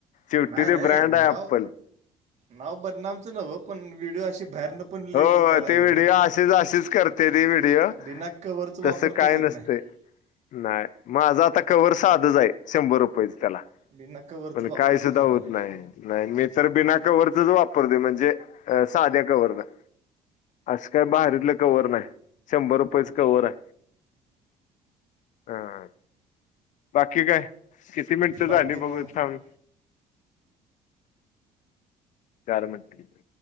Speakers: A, on the left; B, on the right.
A: शेवटी
B: नाही
A: ते
B: रे
A: ब्रँड आहे
B: नाव
A: अप्पल
B: नाव बदनामचं नव्हं पण व्हिडिओ अशी बाहेरनं पण लई
A: हो
B: यायला लागलेत
A: ते व्हिडिओ
B: रे
A: अशीच अशीच करते ते व्हिडिओ
B: बिना कवरचं वापरताच
A: तसं काय
B: येत
A: नसतय.
B: नाही
A: नाय माझा आता कव्हर साधचं हाय शंभर रुपयचं त्याला
B: बिना कवरचं
A: पण
B: वापरताच
A: काय सुद्धा
B: येत
A: होत
B: नाही
A: नाहय. नाही मी तर बिना कव्हरच वापरते म्हणजे साध्या कव्हरला असं काय बाहेारीतलं कव्हर नाय शंभर रुपयचं कव्हर हाय. हा बाकी काय किती मिनिटचं
B: बाकी
A: झाली बघून
B: निवांत
A: सांग. चार मिनट